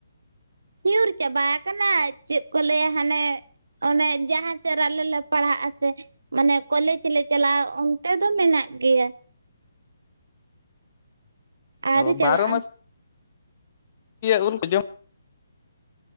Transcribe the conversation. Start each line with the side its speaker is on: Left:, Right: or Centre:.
Right: ᱧᱩᱨ ᱪᱟᱵᱟ ᱟᱠᱟᱱᱟ ᱪᱮᱫ ᱠᱚ ᱞᱟᱹᱭᱟ ᱦᱟᱱᱮ ᱚᱱᱮ ᱡᱟᱦᱟᱸ ᱥᱮᱫ ᱨᱮ ᱟᱞᱮ ᱞᱮ ᱯᱟᱲᱦᱟᱜ-ᱟ ᱥᱮ ᱢᱟᱱᱮ ᱠᱚᱞᱮᱡᱽ ᱞᱮ ᱪᱟᱞᱟᱜ-ᱟ ᱚᱱᱛᱮ ᱫᱚ ᱢᱮᱱᱟᱜ ᱜᱮᱭᱟ ᱾ ᱟᱣᱨᱤ
Left: ᱚ
Right: ᱪᱟᱵᱟᱜ-ᱟ
Left: ᱵᱟᱨᱚ
Right: ᱾
Left: <inaudible> ᱩᱞ ᱠᱚ ᱡᱚᱢ